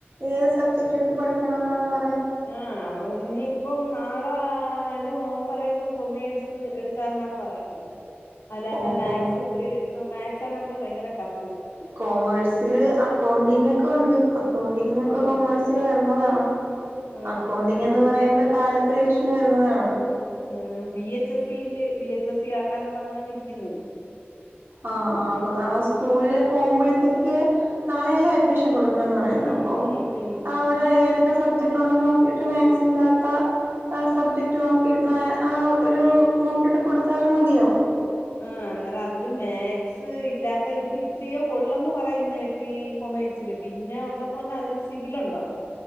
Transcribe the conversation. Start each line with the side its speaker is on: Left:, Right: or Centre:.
Right: ഏത് സബ്ജക്ടെടുത്ത് പഠിക്കണമെന്നാണ് പ
Left: ആവോ നി ഇപ്പൊം നാളെ <unintelligible> പറയുന്നു കൊമേഴ്സ് എടുക്കാന്നാണ് പറയുന്നത് <unintelligible>
Right: ഓ
Left: മാത്സൊത്തിരി
Right: കോം
Left: ആ മാത്സ് ച്ഛനു മുന്നിൽ ഭയങ്കര ടപ്പ്
Right: കോമേഴ്സില് അക്കൗണ്ടിങ്ങൊക്കൊണ്ട് അക്കൗണ്ടിങ്ങൊക്കെ
Left: ഉം
Right: കോമേഴ്സില് വരുന്നതാണ്
Left: ഉം
Right: അക്കൗണ്ടിങ്ങെന്ന് പറയുമ്പ കാല് <unintelligible> വരുന്നതാണോ
Left: ഉം ബി എച്ച് എസ് സിയില് ബി എച്ച് എസ് സി ആക്കാന്ന് പറഞ്ഞാണിരിക്കിന്നത്
Right: ആ ആ അപ്പ നാളെ സ്കൂള്ല് പോവുമ്പോഴത്തേക്ക് നാളയല്ലെ അഡ്മിഷ റ്റം കൊട്കണംന്ന് പറയിണ്ട്
Left: ഉം
Right: അപ്പൊ
Left: ഉം ഉം
Right: ആടെ ഏതൊക്കെ സബ്ജക്ടുണ്ടന്ന് നോക്കീട്ട് മാത്സ് ഇല്ലാത്ത ആ സബ്ജക്ട് നോക്കീട്ണെ ആ ഒരു നോക്കിട്ട് കൊടുത്താലും മതിയോ
Left: ആ ഇന്നല അതില് മാത്സ് ഇല്ലാത്ത ഇതില് ഇത്തിരിയെ ഒള്ളന്ന് പറയുന്നേട്ട് ഈ കൊമേഴ്സില് പിന്നെ ഉണ്ടന്ന് പറ്ഞ്ഞാ അതില് സിഗിലുണ്ടോ